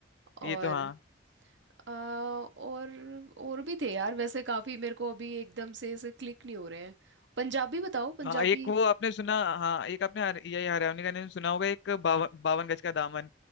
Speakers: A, on the right; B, on the left.
A: और
B: ये तो हाँ
A: आ, और और भी थे यार वैसे काफी मेरे को अभी एकदम से ऐसे क्लिक नहीं हो रहे हैं पंजाबी बताओ पंजाबी
B: हाँ एक वो आपने सुना हाँ एक आपने हर- ये हरियाणवी का नाम सुना होगा एक बावन बावन गज का दामन